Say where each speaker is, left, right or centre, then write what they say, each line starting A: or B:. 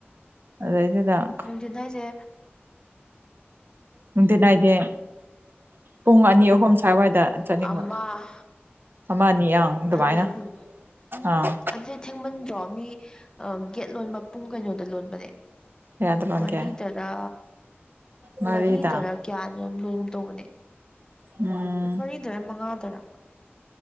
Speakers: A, on the right; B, on the left.
A: ꯗ
B: ꯅꯨꯡꯊꯤꯟ ꯍꯥꯏ ꯍꯥꯏꯁꯦ
A: ꯅꯨꯡꯊꯤꯟ ꯅꯥꯏꯗꯦ ꯄꯨꯡ ꯑꯅꯤ ꯑꯍꯨꯝ ꯁ꯭ꯋꯥꯏꯋꯥꯏꯗ ꯆꯠꯅꯤꯡꯕ
B: ꯑꯃ
A: ꯑꯃꯅꯤ ꯑꯅꯤ ꯑꯪ ꯑꯗꯨꯃꯥꯏꯅ
B: ꯑꯅꯤ ꯑꯍꯨꯝ ꯎꯝ
A: ꯑꯪ
B: ꯑꯗꯨꯗꯤ ꯊꯦꯡꯃꯟꯗ꯭ꯔꯣ ꯃꯤ ꯒꯦꯠ ꯂꯣꯟ ꯃꯄꯨꯡ ꯀꯩꯅꯣꯗ ꯂꯣꯟꯕꯅꯦ
A: ꯀꯌꯥꯗ ꯂꯣꯟꯒꯦ
B: ꯃꯔꯤꯗꯔ
A: ꯃꯔꯤꯗ
B: ꯃꯔꯤꯗꯔ ꯀꯌꯥꯅꯣ ꯂꯣꯏꯅ ꯇꯧꯕꯅꯦ
A: ꯎꯝ
B: ꯃꯔꯤꯗꯔ ꯃꯉꯥꯗꯔ